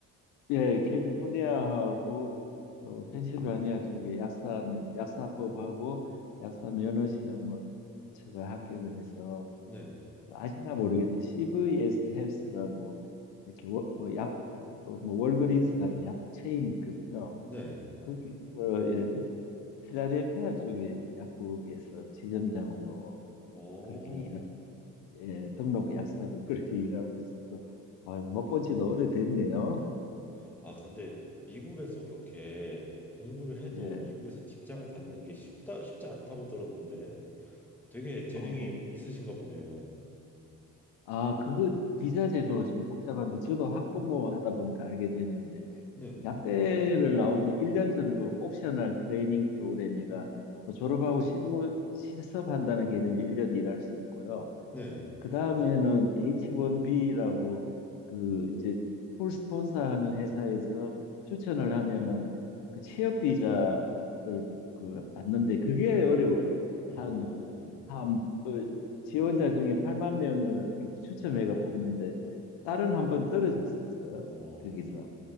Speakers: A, on the left; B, in the centre.
A: 예, 캘리포니아하고 어, 펜실바니아 쪽에 약사면 약사법하고 약사 면허 시험을 제가 합격을 해서
B: 네,
A: 그 아시나 모르겠다. CVS 헬스라고 이렇게 뭐약 어, 뭐 월그린스 같은 약국 체인이 있거든요.
B: 네,
A: 거기서 예, 필라델피아 쪽의 약국에서 지점장으로
B: 어,
A: 그렇게 일하고, 예, 등록 약사로 <laughs> 그렇게 일하고 있어서, 아, 못본 지도 오래됐네요.
B: 어, 아, 근데 미국에서 그렇게 공부를 해도
A: 예,
B: 미국에서 직장을 갖는 게 쉽다 쉽지 않다고 들었는데, 되게 재능이
A: 어,
B: 있으신가 보네요.
A: 아, 그거 비자 제도가 좀 복잡한데, 저도 학부모 하다 보니까 알게 됐는데,
B: 네,
A: 약대를 나오면 1년 정도 옵셔널 트레이닝 프로그램에가 뭐 졸업하고 실무 실습한다는 개념으로 1년 일할 수 있고요.
B: 네,
A: 그 다음에는 H1B라고 그 이제 풀 스폰서하는 회사에서 추천을 하면은 그 취업 비자를 그 받는데 그게 어려워요.
B: 음,
A: 한, 한, 어, 지원자 중에 8만 명을 이렇게 추첨해가 뽑는데 딸은 한 번 떨어졌었어요.
B: 어.
A: 거기서.